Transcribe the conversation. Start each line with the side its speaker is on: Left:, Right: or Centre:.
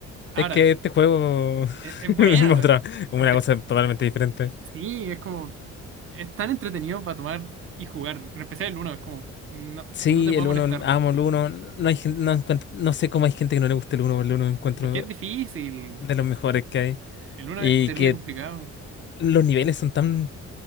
Right: Ahora,
Left: Es que este juego
Right: es, es
Left: <laughs>
Right: bueno.
Left: es otra- una
Right: Este,
Left: cosa totalmente diferente.
Right: Sí, es como, es tan entretenido para tomar y jugar. En especial el uno, es como, no,
Left: Sí,
Right: no te puede
Left: el uno,
Right: molestar.
Left: amo el uno. No hay gen- no, encuent- no sé cómo hay gente que no le gusta el uno, pero el uno encuentro
Right: Porque es difícil.
Left: de los mejores que hay.
Right: El uno
Left: Y
Right: es terrible
Left: que
Right: complicado.
Left: los niveles son tan